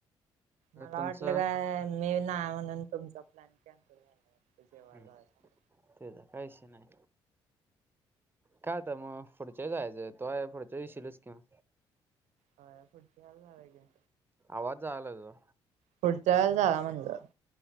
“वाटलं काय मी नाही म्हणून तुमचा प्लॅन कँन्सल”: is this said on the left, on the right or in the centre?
Right